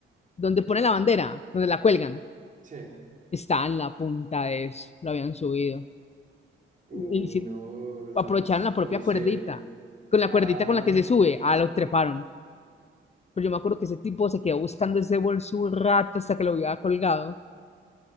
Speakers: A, on the left; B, on the right.
A: donde pone la bandera, donde la cuelgan.
B: Sí.
A: Estaba en la punta de eso, lo habían subido.
B: Uy,
A: Y, si
B: no, es-
A: aprovecharon la
B: es-
A: propia
B: ¿cómo hicieron?
A: cuerdita, con la
B: Ah,
A: cuerdita con la que se sube, ah, lo treparon. Pues yo me acuerdo que ese tipo se quedó buscando ese bolso un rato hasta que lo había colgado.